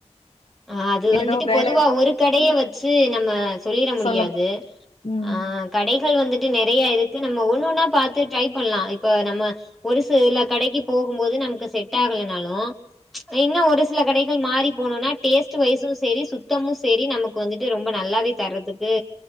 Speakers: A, in the centre; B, on the left.
A: ஆ அது வந்துட்டு
B: ஏதோ வேலை
A: பொதுவா ஒரு கடைய வச்சு நம்ம சொல்லிட முடியாது
B: சொல்ல ம்
A: ஆ கடைகள் வந்துட்டு நிறைய இருக்கு நம்ம ஒண்ணு ஒன்னா பாத்து ட்ரை பண்லா இப்ப நம்ம ஒரு சில கடைக்கு போ கும் போது நமக்கு செட் ஆகலனாலு இன்னு ஒரு சில கடைகள் மாறி போனுனா டேஸ்ட் வயிசு செரி சுத்தமு செரி நமக்கு வந்துட்டு ரொம்ப நல்லாவே தரதுக்கு